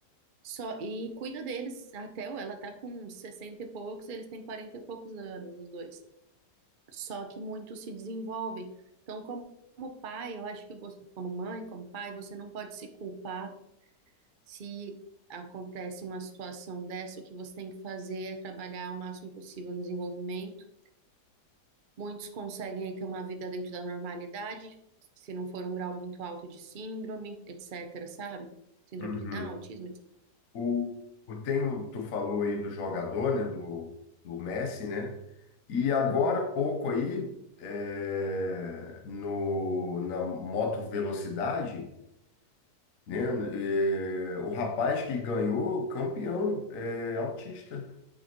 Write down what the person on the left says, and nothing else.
uhum.
O, o tem, o- tu falou aí do jogador, né, do, do Messi, né? E agora
há pouco aí é, no na moto velocidade, né? é, o rapaz que ganhou campeão é autista,